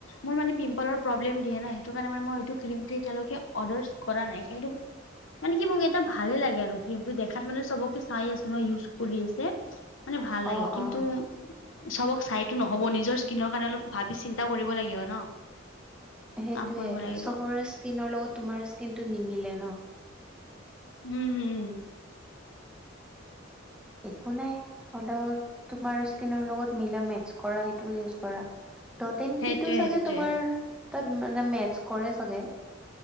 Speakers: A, on the left (about 75°); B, in the centre.
A: মোৰ মানে পিম্পলৰ প্ৰব্লেম দিয়ে না সেইটো কাৰনে মই এইটো ক্ৰীমটো এতিয়ালৈকে অৰ্ডাৰচ্ কৰা নাই কিন্তু মানে কি মোক এটা ভালে লাগে আৰু ক্ৰীমটো দেখাত মানে চবকে চাই আছো নহয় ইউজ কৰি আছে মানে ভাল লাগে
B: অ
A: কিন্তু
B: অ
A: চবক চাই টো নহব নিজৰ স্কিনৰ কাৰণে অলপ ভাবি চিন্তা কৰিব লাগিব ন
B: সেইটোয়ে
A: কাম কৰিব লাগিব
B: চবৰে স্কিনৰ লগত তোমাৰ স্কিন টো নিমিলে ন
A: উম হুম
B: একো নাই হ'লেও তোমাৰ স্কিনৰ লগত মিলা মেটচ কৰা সেইটো ইউজ কৰা দটেন
A: সেইটোৱে
B: কিটো
A: সেইটোৱে
B: চাগে তোমাৰ তাত মানে মেথছ কৰে চাগে